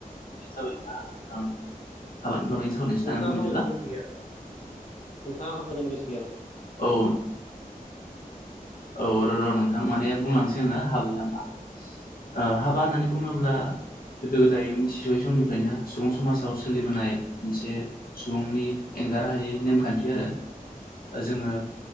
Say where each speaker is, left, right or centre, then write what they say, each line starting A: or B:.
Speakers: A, on the left; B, on the left.
A: जाबाय हाबानि बागै सावरायनोसै
B: नोंथाङा
A: जां
B: हाबा
A: बिदिब्ला
B: जानो गोसो गैया नोंथाङा हाबा जाना बेसे
A: औ। औ र' र' नोंथां माने बुंलांनोसै आङो हाबै नामा हाबा होननानै बुङोब्ला गोदो गोदाय मिथिस'यै समनिफ्रायनो सुबुं समाजाव सोलिबोनाय मोनसे सुबुंनि एंगारनो हायै नेमखान्थि आरो जोङो